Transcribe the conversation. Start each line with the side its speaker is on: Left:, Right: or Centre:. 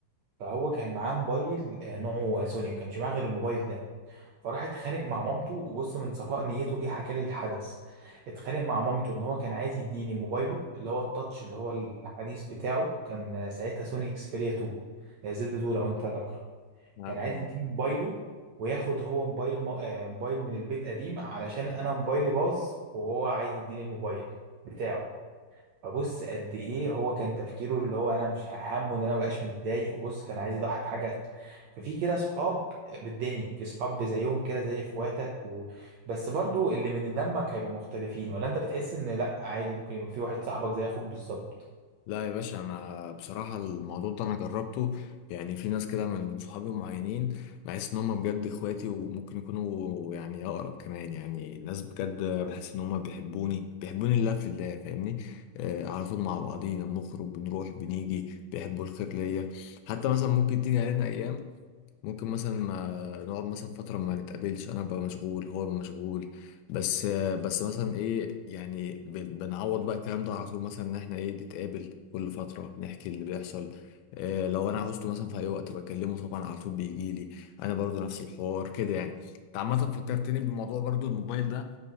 Right: فهو كان معاه موبايل آه، نوعه سوني وما كانش معاه غير الموبايل ده فراح اتخانق مع مامته وبص من صفاء نيته جه حكى لي الحدث اتخانق مع مامته ان هو كان عايز يديني موبايله اللي هو التاتش اللي هو الحديث بتاعه كان ساعتها سوني اكسبيريا 2 آه، زد 2 لو انت فاكره
Left: عارف
Right: كان عايز يديني موبايله وياخد هو موبايل م... آه، موبايل من البيت قديم علشان انا موبايلي باظ وهو عايز يديني الموبايل بتاعه فبص قد ايه هو كان تفكيره اللي هو انا مش همه ان انا مبقاش متضايق وبص كان عايز يضحي بحاجه ففي كده صحاب بالدنيا في صحاب زيهم كده زي اخواتك و... بس برضو اللي من دمك هيبقوا مختلفين ولا انت بتحس ان لا عادي ممكن يبقى في واحد صاحبك زي اخوك بالظبط
Left: لا يا باشا انا بصراحه الموضوع ده انا جربته يعني في ناس كده من صحابي معينين بحس ان هم بجد اخواتي وممكن يكونوا يعني اقرب كمان يعني ناس بجد بحس ان هم بيحبوني بيحبوني لله في الله فاهمني آه على طول مع بعضينا بنخرج بنروح بنيجي بيحبوا الخير ليا حتى مثلا ممكن تيجي علينا ايام ممكن مثلا ما نقعد مثلا فترة ما نتقابلش أنا ببقى مشغول هو بيبقى مشغول بس بس مثلا إيه يعني بن- بنعوض بقى الكلام ده على طول مثلا إن إحنا إيه نتقابل كل فترة نحكي اللي بيحصل إيه لو أنا عاوزته مثلا في أي وقت بكلمه طبعا على طول بيجيلي أنا برضو نفس الحوار كده يعني أنت عامة فكرتني بموضوع برضو الموبايل ده